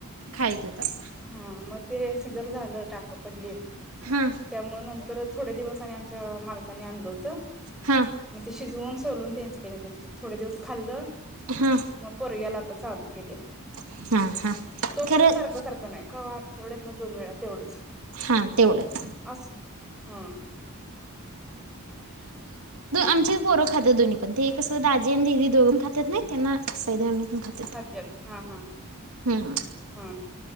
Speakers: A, on the right; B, in the centre.
A: खाय त आता.
B: हा मग ते सिजर झालं टाक पडलीत.
A: हा.
B: म्हणून नंतर थोडे दिवस आणि आमच्या मालकांनी आणलं होतं.
A: हा.
B: मग ते शिजवून सोलून ते त्यांच त थोडे दिवस खाल्लं.
A: हा
B: मग पर्याला आता चालू केले
A: हा हा
B: तो
A: खरं
B: पण सारखं सारखं नाही का वा. तेव्याच ना दोन वेळा तेवढंच.
A: हा तेवढेच.
B: अस ह.
A: आमचे पोरं खातात दोन्ही पण ते कसं दाजी आणि ददी दोघन खातात नाही त्यांना. <unintelligible> पण ख
B: खात्यात हा हा
A: हम्म,
B: हा